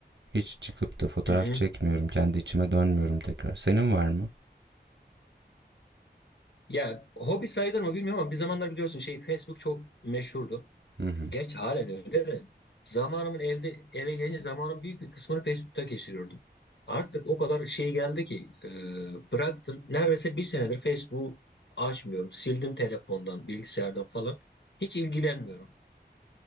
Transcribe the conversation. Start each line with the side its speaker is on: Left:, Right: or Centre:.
Right: hiç çıkıp da fotoğraf
Left: Hı hı.
Right: çekmiyorum kendi içime dönmüyorum tekrar senin var mı?
Left: Ya hobi sayılır mı bilmiyorum ama bir zamanlar biliyorsun şey Facebook çok meşhurdu.
Right: Hı hı.
Left: Gerçi halen öyle de zamanımın evde eve gelince zamanın büyük bir kısmını Facebook'ta geçiriyordum. Artık o kadar şey geldi ki e, bıraktım. Neredeyse bir senedir Facebook'u açmıyorum. Sildim telefondan, bilgisayardan falan. Hiç ilgilenmiyorum.